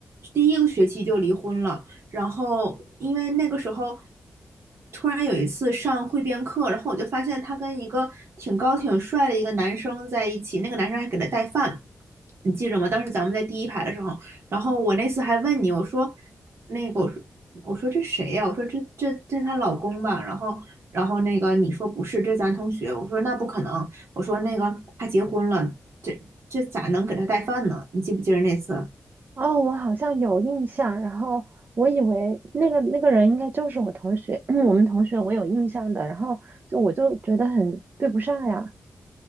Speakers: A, on the right; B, on the right.
A: 第一个学期就离婚了，然后因为那个时候突然有一次上汇编课，然后我就发现她跟一个挺高挺帅的一个男生在一起，那个男生还给她带饭，你记着吗？当时咱们在第一排的时候，然后我那次还问你，我说那个我说我说这谁呀、我说这这这她老公吧，然后。然后那个你说不是，这是咱同学。我说那不可能，我说那个他结婚了，这这咋能给他带饭呢？你记不记得那次？
B: 哦，我好像有印象，然后我以为那个那个人应该就是我同学，<clears throat> 我们同学，我有印象的，然后就我就觉得很对不上呀。